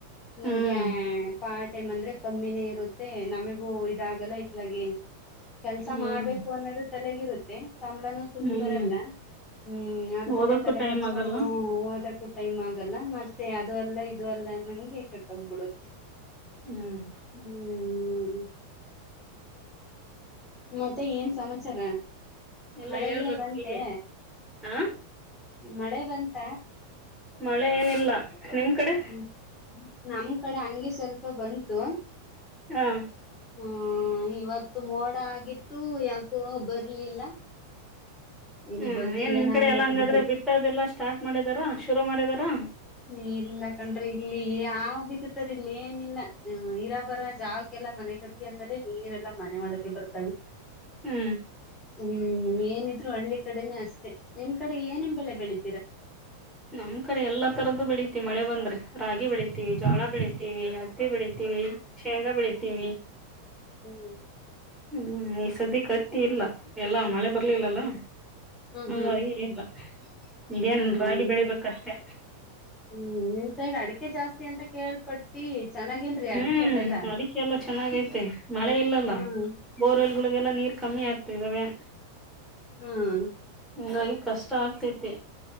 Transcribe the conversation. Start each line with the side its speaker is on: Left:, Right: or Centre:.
Left: <unintelligible>
Centre: ಹ್ಮ್
Left: ಪಾರ್ಟ್ ಟೈಮ್ ಅಂದ್ರೆ ಕಮ್ಮಿನೇ ಇರುತ್ತೆ ನಮಗೂ ಇದಾಗಲ್ಲ ಇಟ್ಲಗೆೆ ಕೆಲ್ಸ
Centre: ಹ್ಮ್
Left: ಮಾಡ್ಬೇಕು ಅನ್ನೋದು ತಲೆಗಿರುತ್ತೆ ಸಂಬಳ ಫುಲ್
Centre: ಹ್ಮ್
Left: <inaudible> ಬರಲ್ಲ ಹ್ಮ್ ಅದ್ರದ್ದೇ
Centre: ಓದಕ್ಕೂ
Left: ತಲೆ
Centre: ಟೈಮ್
Left: ಕೆಡಿಸ್ಕೊಂಡು
Centre: ಆಗಲ್ಲ
Left: <unintelligible> ಟೈಮ್ ಆಗಲ್ಲ ಮತ್ತೆ ಅದು ಅಲ್ಲ ಇದು ಅಲ್ಲ ಅಂಗೆ ಕಟ್ಟ ಆಗ್ಬಿಡತ್ತೆ <inaudible>
Centre: ಹ್ಮ್
Left: ಹ್ಮ್ ಮತ್ತೆ ಏನ್ ಸಮಾಚಾರ
Centre: ಎಲ್ಲ
Left: ಮಳೆಗಿಳೆ
Centre: ಹೇಳ್ಬೇಕು
Left: ಬಂತೆ
Centre: ನೀವೇ ಹ
Left: ಮಳೆ ಬಂತ
Centre: ಮಳೆ ಏನಿಲ್ಲ ನಿಮ್ ಕಡೆ
Left: ಹ್ಮ್ ನಮ್ ಕಡೆ ಹಂಗೆ ಸ್ವಲ್ಪ ಬಂತು
Centre: ಹಾ
Left: ಹ್ಮ್ ಇವತ್ತು ಮೋಡ ಆಗಿತ್ತು ಯಾಕೋ ಬರ್ಲಿಲ್ಲ ಇಲ್
Centre: ಹ್ಮ್
Left: ಬಂದು
Centre: ಏನ್ ನಿಮ್
Left: ಏನ
Centre: ಕಡೆ
Left: ಹಂಗೈತೆ
Centre: ಎಲ್ಲ ಹಂಗಾದ್ರೆ
Left: ಬಿಡ್ರಿ
Centre: ಬಿತ್ತದೆ ಎಲ್ಲಾ ಸ್ಟಾರ್ಟ್ ಮಾಡಿದಾರ ಶುರು ಮಾಡಿದಾರ
Left: ಹ್ಮ ಇಲ್ಲ ಕಣ್ರಿ ಇಲ್ಲಿ ಯಾವ್ ಬಿತ್ತತರ್ ಇಲ್ಲಿ ಏನಿಲ್ಲ ಇರಾಬರ ಜಾವಕಲ್ಲ ಎಲ್ಲ ಮನೆ ಕಟ್ಗೆ ಅಂದರೆೆ ನೀರೆಲ್ಲಾ ಮನೆ ಒಳಗೆ ಬರ್ತವೆ
Centre: ಹ್ಮ್
Left: ಹ್ಮ್ ಏನಿದ್ರು ಹಳ್ಳಿ ಕಡೆನೇ ಅಷ್ಟೇ ನಿಮ್ ಕಡೆ ಏನೇನ್ ಬೆಳೆ ಬೆಳಿ
Centre: ನಮ್ ಕಡೆ ಎಲ್ಲಾ ತರದ್ದು ಬೆಳಿ ಮತ್ತ ಮಳೆ ಬಂದ್ರೆ ರಾಗಿ ಬೆಳಿತೀವಿ ಜೋಳ ಬೆಳೀತಿವಿ ಹತ್ತಿ ಬೆಳಿತೀವಿ
Left: ಹ್ಮ್
Centre: ಶೇಂಗಾ ಬೆಳಿತೀವಿ
Left: ಹ್ಮ್
Centre: ಹ್ಮ್ ಈ ಸದ್ಯಕ್ಕೆತ್ತಿ ಇಲ್ಲ ಎಲ್ಲಾ ಮಳೆ ಬರ್ಲಿಲ್ಲಲ್ಲ
Left: ಹ್ಮ್
Centre: ಅಂಗಾಗಿ ಇಲ್ಲ
Left: ಹ್ಮ್
Centre: ಏನ್
Left: ಹ್ಮ್
Centre: ರಾಗಿ ಬೆಳಿಬೇಕಷ್ಟೆ
Left: ಹ್ಮ್ ನಿಮ್ಮ್ ಸೈಡ್ ಅಡಿಕೆ ಜಾಸ್ತಿ ಅಂತ ಕೇಳ್ಪಟ್ಟಿ ಚೆನ್ನಾಗೇನ್ರೀ
Centre: ಹ್ಮ್
Left: ಅಡಿಕೆ ಅದೆಲ್ಲಾ
Centre: ಅದಕ್ಕೆ ಎಲ್ಲ ಚೆನ್ನಾಗೈತೆ ಮಳೆ ಇಲ್ಲಲ್ಲ
Left: ಹ್ಮ್
Centre: ಬೋರ್ವೆಲ್ಗಳಿಗೆಲ್ಲಾ ನೀರ್ ಕಮ್ಮಿ ಆಗ್ತ ಇದಿದ್ದಾವೆ
Left: ಹ್ಮ್
Centre: ಹಂಗಾಗಿ ಕಷ್ಟ ಆಗ್ತೈತಿ